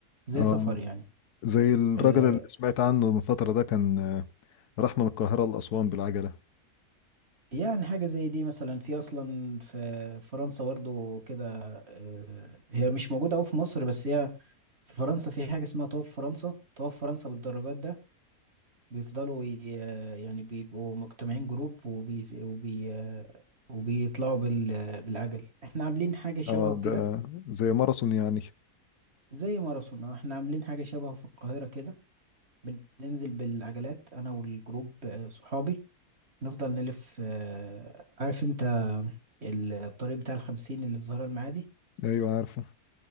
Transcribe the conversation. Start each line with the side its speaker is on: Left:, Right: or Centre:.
Right: زي
Left: اه
Right: سفر يعني
Left: زي الراجل
Right: آه،
Left: اللي سمعت عنه من فترة ده كان آه، راح من القاهرة لأسوان بالعجلة
Right: يعني حاجة زي دي مثلا في أصلا في فرنسا برضو كده آه، هي مش موجودة أوي في مصر بس هي في فرنسا في حاجة اسمها طواف فرنسا طواف فرنسا بالدراجات ده بيفضلوا ي- آه، يعني بيبقوا مجتمعين جروب وبي وبي آه، وبيطلعوا بال بالعجل احنا عاملين حاجة شبهه
Left: اه
Right: كده
Left: ده زي ماراثون يعني
Right: زي ماراثون آه، احنا عاملين حاجة شبهه في القاهرة كده بننزل بالعجلات انا والجروب آه، صحابي نفضل نلف آه، عارف انت الطريق بتاع الخمسين اللي في زهراء المعادي
Left: ايوه عارفه